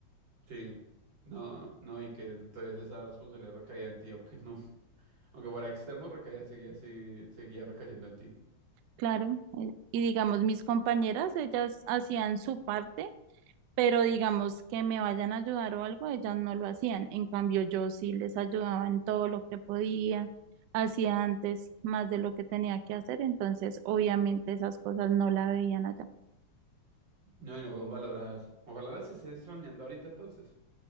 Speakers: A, on the right; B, on the right.
A: Sí. No, no, y que entonces esa responsabilidad recaía en ti, aunque no, <laughs> aunque para externo recaía, seguía así, seguía recayendo en ti.
B: Claro, eh, y digamos mis compañeras, ellas hacían su parte pero digamos que me vayan a ayudar o algo, ellas no lo hacían. En cambio, yo sí les ayudaba en todo lo que podía, hacía antes más de lo que tenía que hacer, entonces obviamente esas cosas no la veían allá.
A: No, y no fueron valoradas. Ojalá las estés extrañando ahorita entonces.